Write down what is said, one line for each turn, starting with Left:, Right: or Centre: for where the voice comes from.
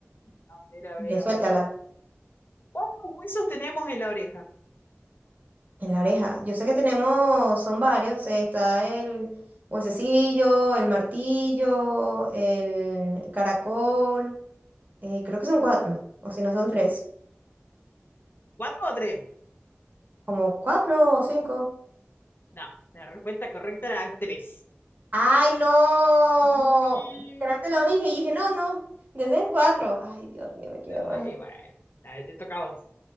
Left: A ver, a ver,
Right: Mire,
Left: a
Right: suéltala.
Left: ver. ¿Cuántos huesos tenemos en la oreja?
Right: En la oreja. Yo sé que tenemos, son varios. eh, Está el huesecillo, el martillo, el caracol. eh, creo que son cuatro. O si no son tres.
Left: ¿Cuatro o tres?
Right: Como cuatro o cinco.
Left: No, la respuesta correcta era tres.
Right: ¡Ay, no!
Left: Sí.
Right: Literal te lo dije y dije, no, no. Deben cuatro. Ay, Dios mío, me queda
Left: Eh,
Right: más.
Left: Y bueno, dale, te toca a vos.